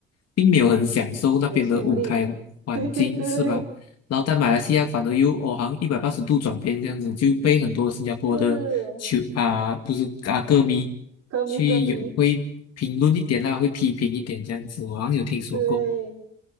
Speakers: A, on the left; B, on the right.
A: 并没有很享受那边的舞台环境，
B: 有气无力。<laughs> 对对对，
A: 是吧？然后在马来西亚反而又哦，好像一百八十度转变这样子，就被很多新加坡的球啊，
B: 是
A: 不是啊歌迷
B: 歌迷歌迷，
A: 去有会评论一点啦，会批评一点这样子，我好像有听说过。
B: 对，